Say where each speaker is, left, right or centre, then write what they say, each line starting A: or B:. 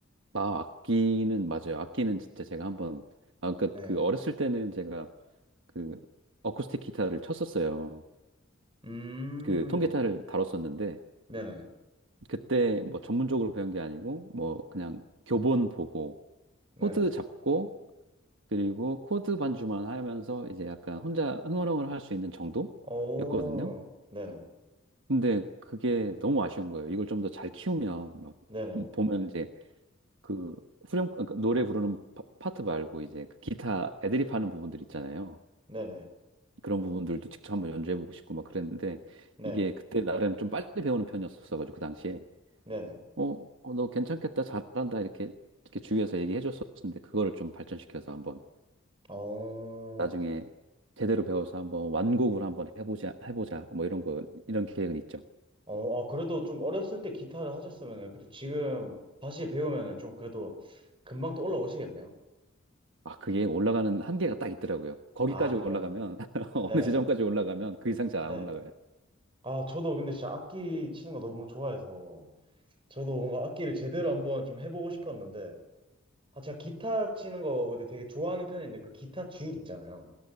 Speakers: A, on the right; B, on the right.
A: 아, 악기는 맞아요. 악기는 진짜 제가 한번 아, 그러니까
B: 네.
A: 그 어렸을 때는 제가 그 어쿠스틱 기타를 쳤었어요.
B: 음,
A: 그 통기타를 다뤘었는데
B: 네네.
A: 그때 뭐 전문적으로 배운 게 아니고 뭐 그냥 교본 보고
B: 네네.
A: 코드 잡고 그리고 코드 반주만 하면서 이제 약간 혼자 흥얼흥얼 할 수 있는 정도였거든요.
B: 오, 네네.
A: 근데 그게 너무 아쉬운 거예요. 이걸 좀 더 잘 키우면 막
B: 네네.
A: 보면 이제 그 후렴 그러니까 노래 부르는 파- 파트 말고 이제 그 기타 애드립 하는 부분들 있잖아요.
B: 네네.
A: 그런 부분들도 직접 한번 연주해보고 싶고 막 그랬는데
B: 네.
A: 이게 그때 나름 좀 빨리 배우는 편이었었어가지고 그 당시에
B: 네네.
A: 어, 어, 너 괜찮겠다 잘한다 이렇게 이렇게 주위에서 얘기해줬었는데 그거를 좀 발전시켜서 한번
B: 어,
A: 나중에 제대로 배워서 한번 완곡을 한번 해보자, 해보자. 뭐 이런 거, 이런 계획은 있죠.
B: 어, 아, 그래도 좀 어렸을 때 기타를 하셨으면은, 그래도 지금 다시 배우면은 좀 그래도 금방 또 올라오시겠네요?
A: 아, 그게 올라가는 한계가 딱 있더라고요. 거기까지
B: 아, 그래요?
A: 올라가면, <laughs> 어느
B: 네네.
A: 지점까지 올라가면 그 이상 잘
B: 네.
A: 안 올라가요.
B: 아, 저도 근데 진짜 악기 치는 거 너무 좋아해서 저도 뭔가 악기를 제대로 한번 좀 해보고 싶었는데 아, 제가 기타 치는 거 근데 되게 좋아하는 편인데 그 기타 줄 있잖아요.